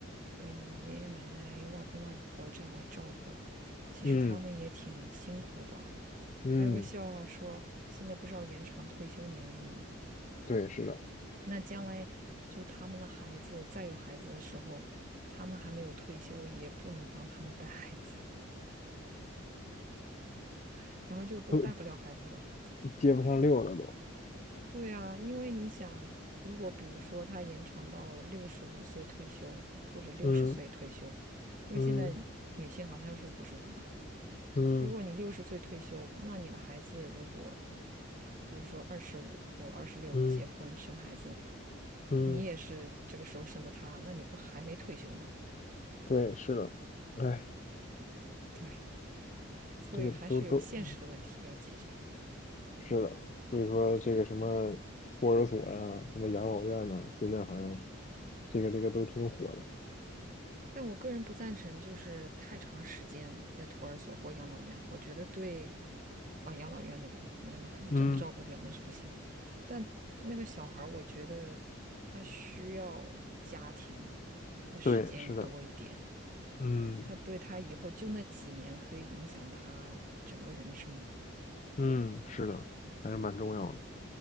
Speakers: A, on the right (about 40°); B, on the left (about 35°).
A: 呃爷爷奶奶、外公外婆这样来照顾。其实他们也挺辛苦的。
B: 嗯嗯，
A: 还有个笑话说，现在不是要延长退休年龄吗？
B: 对，是的，
A: 那将来就是他们的孩子再有孩子的时候，他们还没有退休，也不能帮他们带孩子，<laughs> 然后就都带不了孩子了。
B: 都接不上溜了都，
A: 对啊，因为你想，如果比如说他延长到六十五岁退休，或者六十岁退休，
B: 嗯
A: 因为现在女性好像是五十五嘛。
B: 嗯嗯
A: 如果你六十岁退休，那你的孩子如果，比如说二十五或二十六结婚生孩子，
B: 嗯嗯，
A: 你也是这个时候生的他，那你不还没退休吗？
B: 对，是的，哎，
A: <laughs> 对，所以还是有现实的问题要解决。
B: 这个都都是的，所以说这个什么托儿所呀、什么养老院呐、现在好像这个这个都挺火的，
A: 但我个人不赞成，就是太长时间在托儿所或养老院，我觉得对，啊、养老院那个，那那可能真照顾不了，
B: 嗯，
A: 那是不行。但那个小孩儿，我觉得他需要家庭的时间多一点，
B: 对，是的，嗯。
A: 他对他以后就那几年可以影响他整个人生嘛。
B: 嗯，是的，还是蛮重要的，